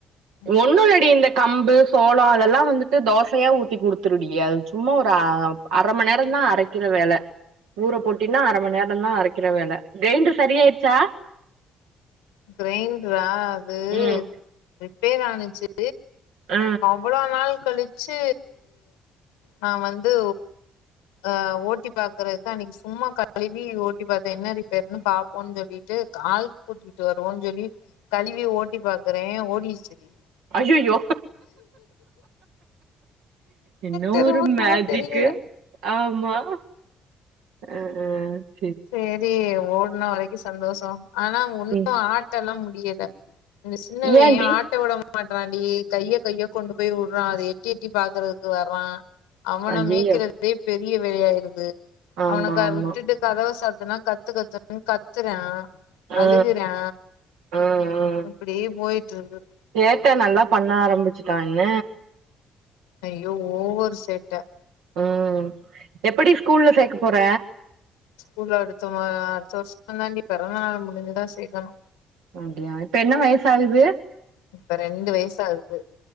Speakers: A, on the left; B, on the right.
A: ம்
B: ஒன்னுள்ளடி இந்த கம்பு சோளா அதெல்லா வந்துட்டு தோசையா ஊத்தி குடுத் த்துருடிய சும்மா ஒரு அ அர மண்நேரந் தா அரைக்கிற வேல ஊரப் போட்டினா அர மண்நேரந்தா அரைக்கற வேல கிரைண்டர் சரி ஆயிடுச்சா
A: கிரைண்டரா அது
B: ம்
A: ரிப்பேர் ஆனுச்சு
B: அ
A: இவ்வளோ நாள் கழிச்சு நா வந்து அ ஓட்டி பாக்கறக்கு அன்னைக்கு சும்மா க கழுவி ஓட்டி பாத்த என்ன ரிப்பேருன்னு பாப்போன்னு சொல்லிட்டு கால் கூட்டிட் ட்டு வருவோன்னு சொல்லி கழுவி ஓட்டி பாக்கறே ஓடிருச்சி டி
B: அய்யய்யோ என்ன
A: தெருமோ
B: ஒரு மேஜிக்கு
A: தெரியல
B: ஆமா அ அ
A: சேரி ஓடுன வரைக்கு சந்தோஷம் ஆனா ஒன்னு
B: ம்
A: ஆட்டலா முடியல இந்த சின்னவே
B: ஏன்டி
A: ஆட்ட உடம் மாட்டறான்டி கைய கைய கொண்டு போய் உடுறா அத எட்டி எட்டி பாக்கறதுக்கு வர்றா அவன
B: ஐயையோ
A: மேய்கறதே பெரிய வேலையாயிருது
B: ஆமா
A: அவனுக்கா
B: ஆமா
A: விட்டுட்டு கதவ சாத்துனா கத்து கத்துனு கத்துறா
B: ஆ
A: அழுகறா
B: ஆ ஆ ஆ
A: அப்படியே போயிட்டு இருக்குது
B: சேட்ட நல்லா பண்ண ஆரம்பிச்சுட்டா என்ன
A: ஐய்யோ ஓவர் சேட்ட
B: அ எப்படி ஸ்கூல்ல சேக்க போற
A: ஸ்கூல்ல அடுத்த வா அடுத்த வருஷ தாண்டி பெறந்த நாள் முடிஞ்சுதா சேக்கணு
B: அப்படியா இப்ப என்ன வயசாகுது
A: இப்ப ரெண்டு வயசாகுது